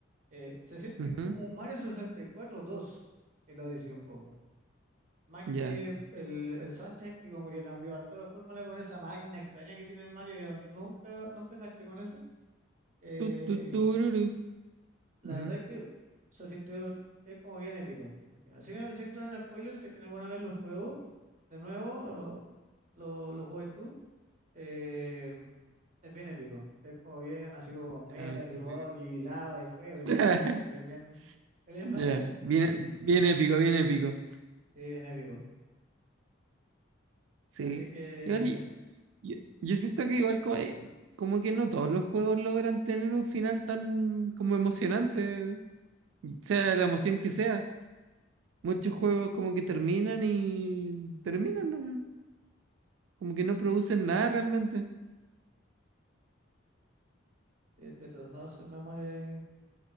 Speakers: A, on the right; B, on the right.
A: Eh, se siente
B: Ujú,
A: como un Mario sesenta y cuatro dos. el Odyssey un poco. Más
B: Ya.
A: que el, el Sunshine, que como que cambió harto la fórmula con esa máquina extraña que tiene el Mario, yo nunca, nunca enganché con eso. Eh,
B: Tu, tu, tururu.
A: la
B: Ujú.
A: verdad es que se sintió, es como bien épico. al final. Sin, sin entrar en spoilers, sé que alguna vez lo juego de nuevo, o lo, lo juegas tú, eh, es bien épico. Es como bien, así como con metal
B: Ya, sí,
A: y rock
B: te cacho.
A: y lava y fuego
B: <laughs>
A: y todo lo que... así que es bien, es bien
B: Ya.
A: bacán, ¿no?
B: Bien,
A: <laughs>
B: bien épico, bien épico.
A: Sí, bien épico.
B: Sí.
A: Así que,
B: Igual
A: no sé,
B: Yo, yo siento que igual como, eh, como que no todos los juegos logran tener un final tan como emocionante, sea la emoción que sea. Muchos juegos como que terminan y terminan, ¿no? Como que no producen nada realmente.
A: yo estoy tratando de hacer memoria